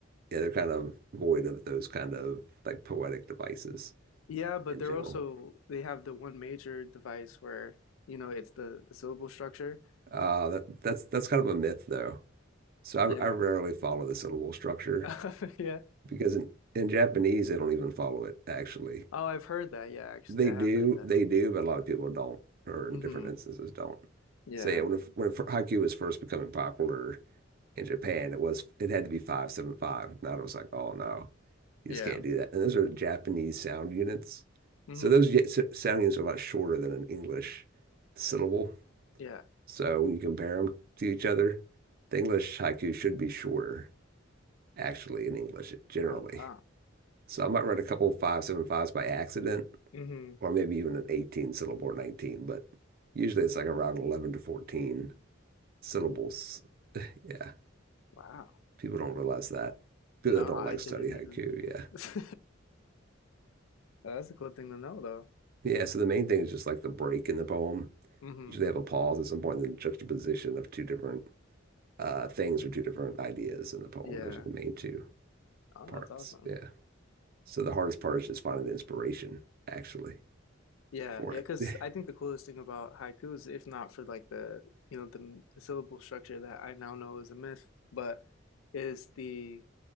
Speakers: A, on the right; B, on the left.
A: yeah, they're kind of void of those kind of like poetic devices
B: yeah, but
A: in
B: they're
A: general.
B: also, they have the one major device where, you know, it's the, the syllable structure.
A: Uh, that, that's that's kind of a myth though. So I,
B: Yeah.
A: I rarely follow the syllable structure
B: <laughs> Yeah.
A: because in, in Japanese they don't even follow it actually.
B: Oh, I've heard that. Yeah, actually,
A: They
B: I
A: do,
B: have heard that.
A: they do, but a lot of people don't, or in
B: hmm
A: different instances don't.
B: Yeah.
A: So yeah, when it, when it, haiku was first becoming popular, in Japan, it was it had to be 575. And I was like, oh no, you just
B: Yeah.
A: can't do that. And those are Japanese sound units.
B: hmm
A: So those sound units are a lot shorter than an English syllable.
B: Yeah.
A: So when you compare them to each other, the English haiku should be shorter, actually, in English generally.
B: Oh, wow.
A: So I might write a couple of five seven fives by accident,
B: hmm
A: or maybe even an 18 syllable or 19, but usually it's like around 11 to 14 syllables. Yeah.
B: Wow.
A: People don't realize that. People
B: No,
A: that don't
B: I
A: like
B: didn't
A: study haiku,
B: even.
A: yeah.
B: <laughs> That's a cool thing to know, though.
A: Yeah, so the main thing is just like the break in the poem.
B: hmm
A: Usually have a pause at some point and then juxtaposition of two different uh, things or two different ideas in the poem.
B: Yeah.
A: Those are the main two
B: Oh,
A: parts.
B: that's awesome.
A: Yeah. So the hardest part is just finding the inspiration actually
B: Yeah,
A: for
B: yeah, because
A: it. <laughs>
B: I think the coolest thing about haikus, if not for like the you know the, the syllable structure that I now know is a myth, but is the